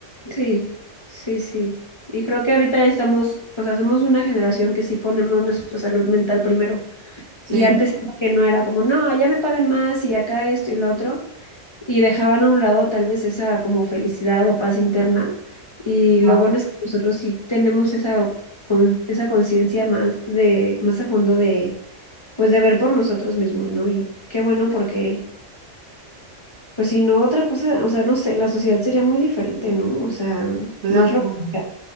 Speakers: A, on the left (about 50°); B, on the right (about 65°).
A: Sí, sí, sí. Y creo que ahorita ya estamos, o sea, somos una generación que sí ponemos nuestra salud mental primero.
B: Sí,
A: Y antes siento que no era como, no, allá me pagan más y acá esto y lo otro. Y dejaban a un lado tal vez esa como felicidad o paz interna. Y lo
B: ah,
A: bueno es que nosotros sí tenemos esa, con- esa conciencia más de, más a fondo de, pues de ver por nosotros mismos, ¿no? Y qué bueno porque, pues si no, otra cosa, o sea, no sé, la sociedad sería muy diferente, ¿no? O sea,
B: estoy
A: más
B: de acuerdo.
A: robótica.